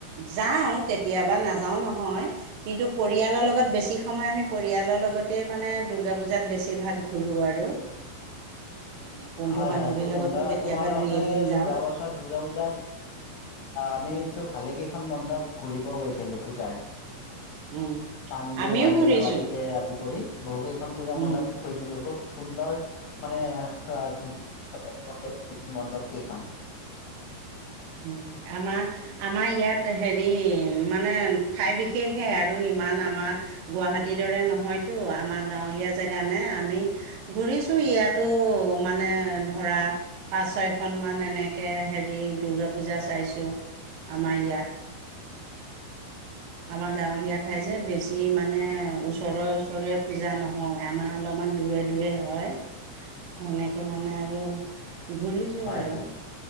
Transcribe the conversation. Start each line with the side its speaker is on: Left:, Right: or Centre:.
Right: যাওঁ কেতিয়াবা নাযাওঁ নহয় কিন্তু পৰিয়ালৰ লগত বেছি সময় আমি পৰিয়ালৰ লগতে মানে দূৰ্গা পূজাত বেছিভাগ ঘূৰো আৰু এই বন্ধু
Left: হয়
Right: বান্ধৱীৰ
Left: হয় খুব
Right: লগতো
Left: সুন্দৰ
Right: কেতিয়াবা
Left: তোমালোকে
Right: দুই এদিন যাওঁ
Left: যোৱা বছৰ দূৰ্গা পূজাত আমিটো ভালেকেখন মণ্ডপ ঘূৰিব গৈছিলোঁ পূজাৰ
Right: উম
Left: পাণ্ডু
Right: আমিও
Left: মালিগাঁও
Right: ঘূৰিছো
Left: আদিকে আদি কৰি বহুকেইখন পূজা
Right: উম
Left: মণ্ডপ ঘূৰিছিলো খুব সুন্দৰ মানে <unintelligible> ন মণ্ডপ কেইখন
Right: উম, আমাৰ আমাৰ ইয়াত হেৰি মানে ঠাই বিশেষ বিশেষহে আৰু ইমান আমাৰ গুৱাহাটীৰ দৰে নহয়তো আমাৰ গাঁৱলীয়া জেগা নে আমি ঘুৰিছো ইয়াতো মানে ধৰা পাঁচ ছয়খন মান এনেকে হেৰি দুৰ্গা পূজা চাইছো আমাৰ ইয়াত আমাৰ গাঁৱলীয়া ঠাই যে বেছি মানে ওচৰে ওচৰে পূজা নহয় আমাৰ অলপমান দূৰে দূৰে হয় সেনেকে মানে আৰু ঘুৰিছো
Left: হয়
Right: আৰু।
Left: হয়